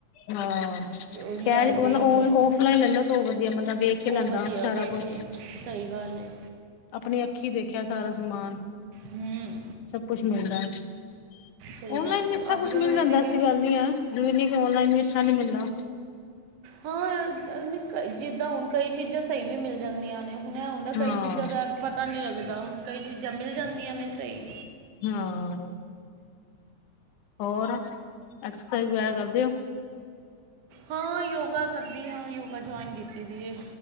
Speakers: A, on the left; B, on the right.
A: ਹੂੰ,
B: ਉਹ ਲੈਂਦੇ
A: ਕਿਹਾ ਉਹ
B: ਹੀ ਨਹੀਂ
A: ਔਨ
B: ਆ
A: ਔਫਲਾਈਨ ਲੈਲੋ, ਤੇ ਉਹ ਵਧੀਆ ਮਤਲਬ ਏ। ਦੇਖ ਕੇ
B: ਉਹ
A: ਲੈਂਦਾ
B: ਵਧੀਆ
A: ਸਾਰਾ
B: ਵੇਖ
A: ਕੁਛ।
B: ਕੇ ਸਹੀ ਗੱਲ ਏ।
A: ਆਪਣੀ ਅੱਖੀਂ ਦੇਖਿਆ ਸਾਰਾ ਸਮਾਨ,
B: ਹੂੰ
A: ਸਭ ਕੁਛ ਮਿਲਦਾ।
B: ਸਹੀ
A: ਔਨਲਾਈਨ
B: ਗੱਲ ਏ
A: ਵੀ ਅੱਛਾ
B: ਅੱਜ
A: ਕੁਛ
B: ਕੱਲ੍ਹ
A: ਮਿਲ
B: ਉਹੀ
A: ਜਾਂਦਾ
B: ਤੇ ਕਿ
A: ਐਸੀ ਗੱਲ ਨੀ ਏ, ਜ਼ਰੂਰੀ ਨੀ ਕਿ ਔਨਲਾਈਨ ਵੀ ਅੱਛਾ ਨੀ ਮਿਲਣਾ।
B: ਹੋਰ, ਜਿੱਦਾਂ ਹੁਣ ਕਈ ਚੀਜ਼ਾਂ ਸਹੀ ਵੀ ਮਿਲ ਜਾਂਦੀਆਂ ਨੇ। ਹੁਣ ਹੁੰਦਾ
A: ਹਾਂ
B: ਕਈ ਚੀਜ਼ਾਂ ਦਾ ਤਾਂ ਪਤਾ ਨਈ ਲੱਗਦਾ, ਹੁਣ ਕਈ ਚੀਜ਼ਾਂ ਮਿਲ ਜਾਂਦੀਆਂ ਨੇ ਸਹੀ।
A: ਹਾਂ, ਹੋਰ, ਐਕਸਰਸਾਈਜ਼ ਵਗੈਰਾ ਕਰਦੇ ਹੋ।
B: ਹਾਂ ਯੋਗਾ ਕਰਦੀ ਆਂ, ਯੋਗਾ ਜੁਆਇਨ ਕੀਤੀ ਦੀ ਏ।